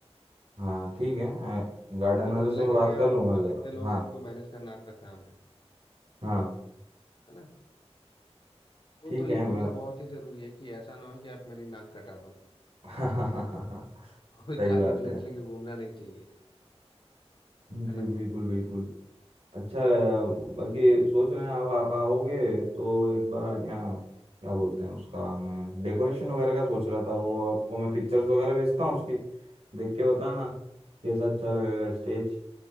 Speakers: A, on the right; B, on the left.
A: हाँ ठीक
B: हाँ
A: है अ, गार्डन
B: उनको
A: वाले
B: बोलना
A: से मैं
B: कि
A: बात
B: भैया
A: कर
B: आप
A: लूँगा
B: आप
A: ज़रा
B: इतने लोग
A: हाँ
B: हैं इनको मैनेज करना आपका काम है
A: हाँ
B: है ना वो
A: ठीक
B: तो ये
A: है मैं
B: बोलना बहुत ही जरूरी है कि ऐसा ना हो कि आप मेरी नाक कटा दो
A: <laughs>
B: <laughs> कोई
A: सही
B: खाली
A: बात
B: प्लेट
A: है
B: लेके घूमना नहीं चाहिए है
A: जी
B: ना
A: बिल्कुल बिल्कुल अच्छा बाकी सोच रहे हैं अब आप आओगे तो एक बार यहाँ क्या बोलते हैं उसका मैं डेकोरेशन वगैरह का सोच रहा था वो आपको मैं पिक्चर्स वगैरह भेजता हूँ उसकी देख के बताना कैसा अच्छा लगेगा स्टेज